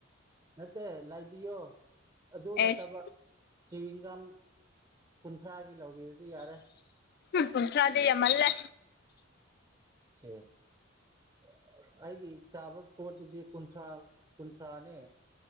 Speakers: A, on the right; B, on the left.
A: ꯅꯠꯇꯦ ꯂꯥꯏꯕꯤꯌꯣ ꯑꯗꯨ ꯅꯠꯇꯕ
B: ꯑꯦꯁ
A: ꯆꯋꯤꯡꯒꯝ ꯀꯨꯟꯊ꯭ꯔꯥꯒꯤ ꯂꯧꯕꯤꯔꯗꯤ ꯌꯥꯔꯦ
B: ꯎ ꯀꯨꯟꯊ꯭ꯔꯥꯗꯤ ꯌꯥꯝ ꯃꯜꯂꯦ
A: ꯆ <unintelligible> ꯑꯩꯒꯤ ꯆꯥꯕ ꯄꯣꯠꯇꯨꯗꯤ ꯀꯨꯟꯊ꯭ꯔꯥ ꯀꯨꯟꯊ꯭ꯔꯥꯅꯦ